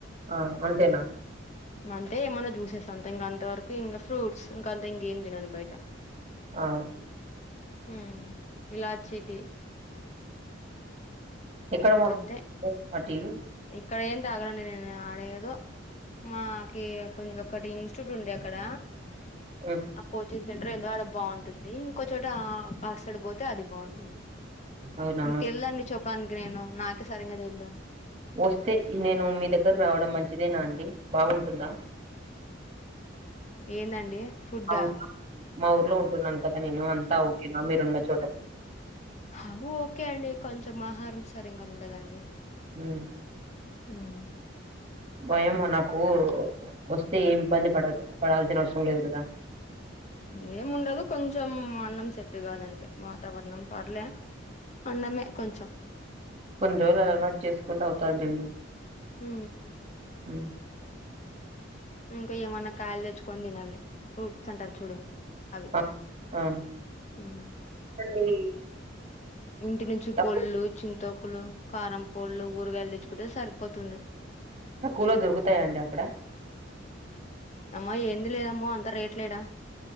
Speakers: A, on the right; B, on the left.
A: ఆ అంతేనా
B: అంతే ఏమన్నా చూసేస్తా అంత ఇంకా అంత వరకు ఇంకా ఫ్రూట్స్ ఇంకా అంత ఇంకేం తినండి బయట
A: ఆ
B: హ ఇలాచ్చటి
A: ఎక్కడటీ
B: ఇంక అంతే
A: <unintelligible>
B: ఇక్కడ ఎన్ థాగను ఆండీ అడ ఎధో మాకి కొంచం ఒకటి ఇన్స్టిట్యూట్ ఉండే అక్కడ
A: ఉమ్
B: ఆ కోచింగ్ సెంటర్ ఏదో అడ బాగుంటుంది ఇంకో చోట ఆటు సైడ్ పోతే అది బాగుంటుంది
A: అవునా
B: నీకు తెలిదండి చెప్పడానికి నేను నాకే సరిగా తెలిదు
A: వస్తే నేను మీ దగ్గర రావడం మంచిదేనా అండి బాగుంటుదా
B: ఏందండి ఫుడ్డా
A: మా ఊ మా ఊర్లో ఉంటున్నాను కదా నేను అంతా ఓకేనా మీరున్న చోటకి
B: అ ఓకే అండి కొంచెం ఆహారం సరింగా ఉండదండి
A: ఉమ్
B: ఉమ్
A: భయం నాకు వస్తే ఏమి ఇబ్బంది పడ పడాల్సిన అవసరం లేదు కదా
B: ఏముండదు కొంచెం అన్నం సెట్టు కాదండి వాతావరణం పర్లే అనమే కొంచం
A: కొన్ని రోజులు అలవాటు చేసుకుంటూ అవుతది లెండి
B: హ
A: హ
B: ఇంకా ఏమన్నా కాయలు తెచ్చుకొని తినాలి ఫ్రూట్స్ అంటారు చూడు అవి
A: ఆ ఆ
B: ఉ
A: అండి,
B: ఇంటి నుంచి
A: తక్కువ
B: పొళ్ళు చింతకులు కారం పళ్ళలు ఊరగాయలు తెచ్చుకుంటే సరిపోతుంది
A: తక్కువలో దొరుకుతాయండి అక్కడ
B: అమ్మో ఏంది లేదమ్మో అంతా రేట్ లేడా